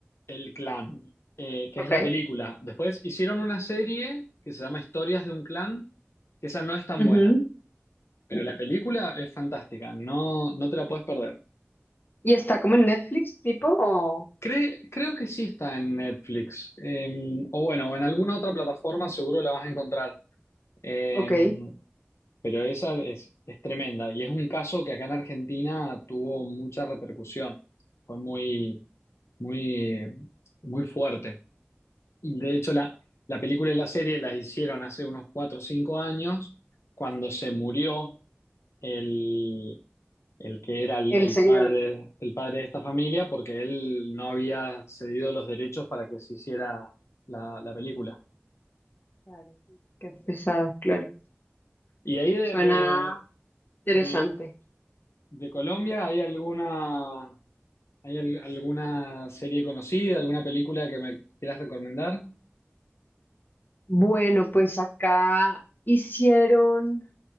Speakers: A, on the left (about 80°); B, on the left (about 50°).
A: El Clan, eh, que
B: Ok.
A: es la película. Después hicieron una serie que se llama Historias de un Clan, que esa no es tan
B: Ujú.
A: buena, pero la película es fantástica, no, no te la puedes perder.
B: ¿Y está como en Netflix, tipo? O...
A: Cre- creo que sí está en Netflix, eh, o bueno, o en alguna otra plataforma seguro la vas a encontrar. Eh,
B: Ok.
A: pero esa es, es tremenda y es un caso que acá en Argentina tuvo mucha repercusión, fue muy, muy, muy fuerte. Y de hecho, la, la película y la serie las hicieron hace unos cuatro o cinco años, cuando se murió el, el que era el,
B: El
A: el
B: señor.
A: padre, el padre de esta familia, porque él no había cedido los derechos para que se hiciera la, la película.
B: Claro. Qué pesado, claro.
A: Y ahí de,
B: Suena.
A: de,
B: Interesante.
A: de- de Colombia, ¿hay alguna, hay al- alguna serie conocida, alguna película que me quieras recomendar?
B: Bueno, pues acá hicieron,